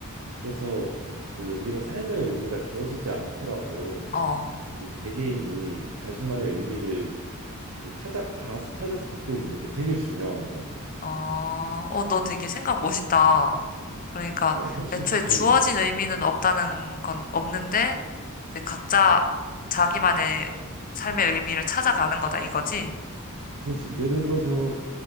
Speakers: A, on the right; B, on the left.
A: 그래서 그 우리가 삶의 의미가 주어지지 않더라도
B: 어,
A: 그 개개인이 자신만의 의미를 그 찾아가 찾아서 갖고 있는 게 되게 중요한 것 같아.
B: 어, 어, 너 되게 생각 멋있다. 그러니까
A: 어 혹시
B: 애초에 주어진
A: 음
B: 의미는 없다는 건 없는데 이제 각자 자기만의 삶의 의미를 찾아가는 거다 이거지?
A: 그렇지 예를 들어서